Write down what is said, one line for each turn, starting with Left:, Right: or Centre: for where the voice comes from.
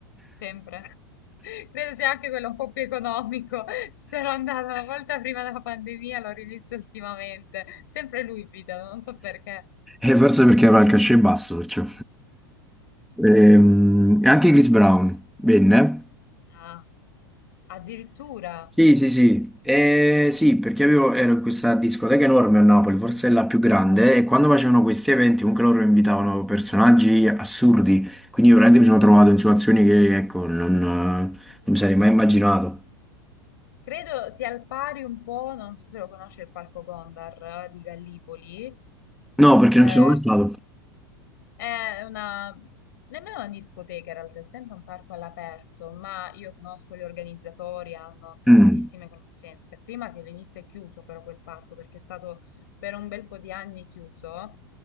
Left: sempre. <laughs> Credo sia anche quello un po' più economico. Ci sarò andata una volta prima della pandemia, l'ho rivisto ultimamente. Sempre lui invitano, non so perché.
Centre: E forse perché aveva il cachet basso, perciò. Ehm, E anche Chris Brown venne.
Left: Ah, addirittura.
Centre: Sì, sì, sì. Eh, sì, perché avevo, ero in questa discoteca enorme a Napoli, forse è la più grande, e quando facevano questi eventi comunque loro invitavano personaggi assurdi, quindi io veramente mi sono trovato in situazioni che, ecco, non, eh, non mi sarei mai immaginato.
Left: Credo sia al pari un po', non so se lo conosce il Parco Gondar eh, di Gallipoli.
Centre: No, perché
Left: Ehm,
Centre: non ci sono mai stato.
Left: È una, nemmeno una discoteca in realtà, è sempre un parco all'aperto, ma io conosco gli organizzatori, hanno tantissime
Centre: Mm,
Left: conoscenze. Prima che venisse chiuso però quel parco, perché è stato per un bel po' di anni chiuso,